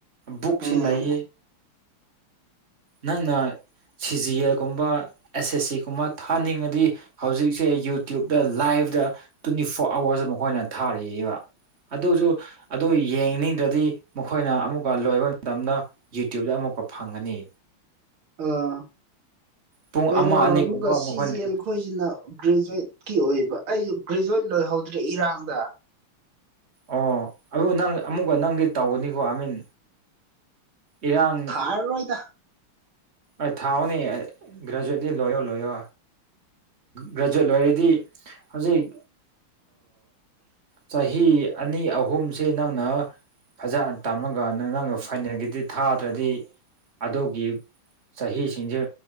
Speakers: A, on the right (about 30°); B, on the right (about 70°).
A: ꯕꯨꯛꯁꯤ
B: ꯎꯝ
A: ꯂꯩꯌꯦ ꯅꯪꯅ ꯁꯤ ꯖꯤ ꯑꯦꯒꯨꯝꯕ ꯑꯦꯁ ꯑꯦꯁ ꯁꯤꯒꯨꯝꯕ ꯊꯥꯅꯤꯡꯉꯗꯤ ꯍꯧꯖꯤꯛꯁꯦ ꯌꯨꯠ ꯌꯨꯇ꯭ꯌꯨꯕꯇ ꯂꯥꯏꯚꯇ ꯇ꯭ꯋꯦꯟꯇꯤ ꯐꯣꯔ ꯑꯥꯋꯥꯔꯁ ꯃꯈꯣꯏꯅ ꯊꯥꯔꯤꯕ ꯑꯗꯨꯁꯨ ꯑꯗꯨ ꯌꯦꯡꯅꯤꯡꯗ꯭ꯔꯗꯤ ꯃꯈꯣꯏꯅ ꯑꯃꯨꯛꯀ ꯂꯣꯏꯕ ꯃꯇꯝꯗ ꯌꯨꯇ꯭ꯌꯨꯕꯇ ꯑꯃꯨꯛꯀ ꯐꯪꯒꯅꯤ
B: ꯑꯥ
A: ꯄꯨꯡ
B: ꯀꯩꯅꯣ
A: ꯑꯃ ꯑꯅꯤꯒꯨꯝꯕ
B: ꯑꯃꯨꯛꯀ ꯁꯤꯖꯦꯜ
A: ꯃꯈꯣꯏꯅ
B: ꯈꯣꯏ ꯑꯩ ꯁꯤꯅ ꯒ꯭ꯔꯦꯖꯨꯋꯦꯠꯀꯤ ꯑꯣꯏꯕ ꯑꯩꯁꯨ ꯒ꯭ꯔꯦꯖꯨꯋꯦꯠ ꯂꯣꯏꯍꯧꯗ꯭ꯔꯦ ꯏꯔꯥꯡꯗ
A: ꯑꯣ ꯑꯗꯨꯕꯨ ꯅꯪ ꯑꯃꯨꯛꯀ ꯅꯪꯗꯤ ꯇꯧꯒꯅꯤꯀꯣ ꯑꯥꯏ ꯃꯤꯟ ꯏꯔꯥꯡ
B: ꯇꯥꯔ ꯑꯣꯏꯣꯏꯗ
A: ꯑꯩ ꯊꯥꯎꯅꯦ ꯒ꯭ꯔꯦꯖꯨꯑꯦꯠꯇꯤ ꯂꯣꯏꯌꯣ ꯂꯣꯏꯌꯣ ꯒ꯭ꯔꯦꯖꯨꯋꯌꯦꯠ ꯂꯣꯏꯔꯗꯤ ꯍꯧꯖꯤꯛ ꯆꯍꯤ ꯑꯅꯤ ꯑꯍꯨꯝꯁꯤ ꯅꯪꯅ ꯐꯖꯅ ꯇꯝꯃꯒ ꯅ ꯅꯪꯅ ꯐꯥꯏꯅꯦꯜꯒꯤꯗꯤ ꯊꯥꯗ꯭ꯔꯗꯤ ꯑꯗꯨꯒꯤ ꯆꯍꯤꯁꯤꯡꯁꯦ